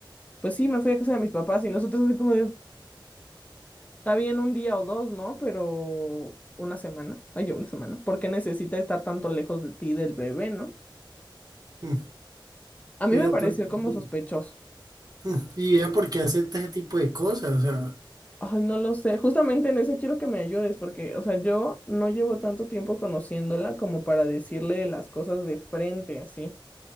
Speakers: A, on the left (about 15°); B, on the right (about 50°).
A: pues sí, me fui a casa de mis papás y nosotros así como de, Está bien un día o dos, ¿no? Pero una semana, ay, yo una semana, ¿por qué necesita estar tanto lejos de ti del bebé, ¿no?
B: mm.
A: A mí
B: Pero,
A: me pareció
B: pero,
A: como
B: sí.
A: sospechoso.
B: mm, y vea por qué acepta ese tipo de cosas. O sea,
A: Ay, no lo sé. Justamente en eso quiero que me ayudes, porque, o sea, yo no llevo tanto tiempo conociéndola como para decirle las cosas de frente, así,